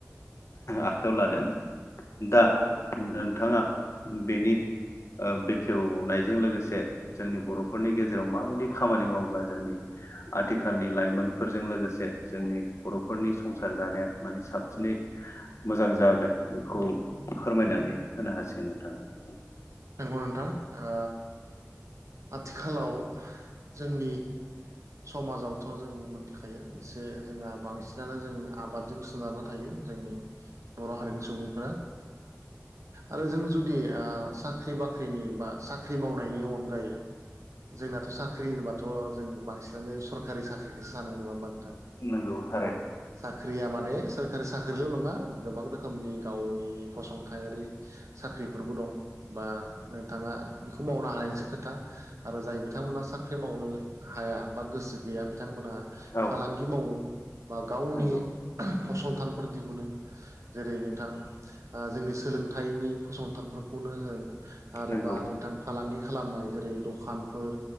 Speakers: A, on the left; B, on the right.
A: आखायाव लादों दा
B: नंगौ
A: नोंथाङा बेनि बेखेवनायजों लोगोसे जोंनि बर'फोरनि गेजेराव माबायदि खामानि मावोब्ला जोंनि आथिखालनि लाइमोनफोरजों लोगोसे जोंनि बर'फोरनि संसार जानाया माने साबसिनै मोजां जागोन बेखौ फोरमायनानै होनो हासिगोन नोंथाङा
B: नंगौ नोंथां ओ आथिखालाव जोंनि समाजावथ' जों मोनथिखायो एसे जोंहा बांसिनानो जों आबादजों सोनारना थायो जोंनि बर' हारिनि सुबुंफोरा आरो जों जुदि साख्रि बाख्रिनि बा साख्रि मावनायनि अनगायै जोंनाथ' साख्रि होनोबाथ' जों बांसिनानो सरकारि साख्रि सानो नङा होनबा नोंथां
A: नंगौ थारै
B: औ साख्रिया माने सोरखारि साख्रिल' नङा गोबां रोखोमनि गावनि फसंथायारि साख्रिफोरबो दं बा नोंथाङा बेखौ मावनो हानायनिसो खोथा आरो जाय बिथांमोना साख्रि मावनो हाया बा गोसो गैया बिथांमोना
A: औ
B: फालांगि गि मावो बा गावनि
A: नंगौ
B: फसंथानफोर दिहुनो जेरै नोंथां जोंनि सोलोंथाइनि फसंथानफोरखौनो होन आरोबा
A: नंगौ
B: नोंथां फालांगि खालामनाय जेरै दखानफोर